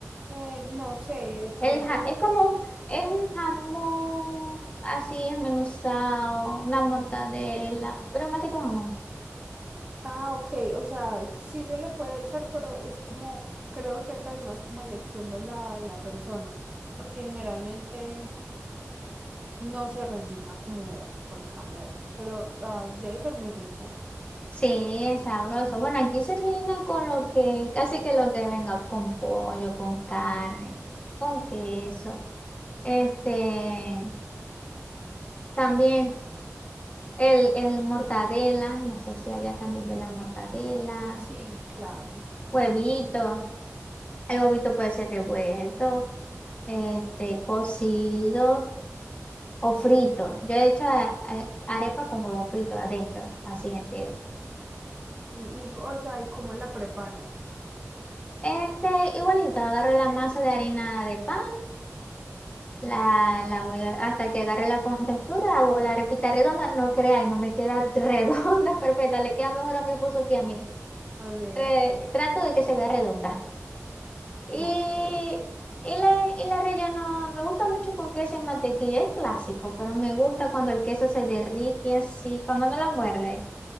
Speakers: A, on the right (about 25°); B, on the left (about 25°).
A: Eh, no sé, de pronto.
B: El ja- es como un- es un jamón así esmenuzado, una mortadela, pero más que tu jamón.
A: Ah, ok, o sea, sí se le puede echar, pero es como, creo que acá es más como elección de la, la persona, porque generalmente no se rellena como con jamón, pero ay, debe ser muy rico.
B: Sí, es sabroso. Bueno, aquí se rellena con lo que, casi que lo que venga, con pollo, con carne, con queso. Este, también el, el mortadela, no sé si allá también ve la mortadela,
A: Sí, claro.
B: huevito. El huevito puede ser revuelto. Este, cocido o frito. Yo he hecho a- a- arepa con huevo frito adentro, así entero.
A: Y, y, o sea, ¿y cómo la preparas?
B: Este, igualito, agarro la masa de harina de pan, la, la voy a- hasta que agarre la contextura, hago la arepita redonda, no creáis, no me queda <laughs> redonda perfecta, le queda mejor a mi esposo que a mí.
A: A ver.
B: Re- trato de que se vea redonda. Y,
A: Ok.
B: y la, y la relleno, me gusta mucho con queso y mantequilla, es clásico, pero me gusta cuando el queso se derrite así, cuando no la muerde